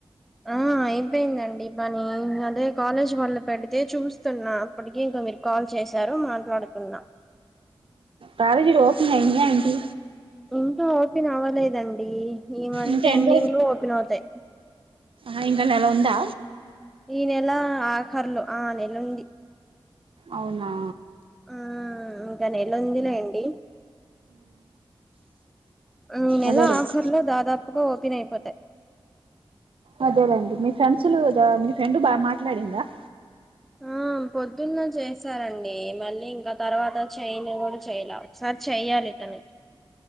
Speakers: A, in the centre; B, on the right.
A: ఆ అయిపోయిందండి పని అదే కాలేజ్ వాళ్ల పెడితే చూస్తున్నా అప్పటికే ఇంకా మీరు కాల్ చేశారు మాట్లాడుతున్నా
B: కాలేజ్ లు ఓపెన్ అయిందా అండి
A: ఇంకా ఓపెన్ అవ్వలేదన్ అండి ఈ మంత్
B: ఇంకా ఎన్ని
A: ఎండింగ్ లో ఓపెన్ అవుతయి
B: ఆ ఇంగ నెల ఉందా
A: ఈ నెల ఆఖర్లో ఆ నెల ఉంది
B: అవునా
A: ఆ ఇంకా నెల ఉందిలేండి ఈ నెల
B: అదేలేండి
A: ఆఖరులో దాదాపుగా ఓపెన్ అయిపోతాయి
B: అదేలేండి మీ ఫ్రెండ్స్లు మీ ఫ్రెండ్ బాగ మాట్లాడింద
A: ఆ పొద్దున్న చేశారండి మళ్ళీ ఇంకా తర్వాత చేయన్ కూడా చేయల ఒకసారి చెయ్యాలి <unintelligible>